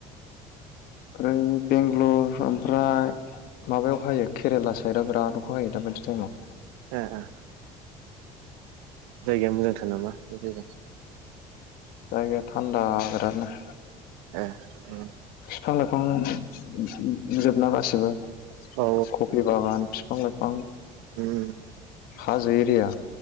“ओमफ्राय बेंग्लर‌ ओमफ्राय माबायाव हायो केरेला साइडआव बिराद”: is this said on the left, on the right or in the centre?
Left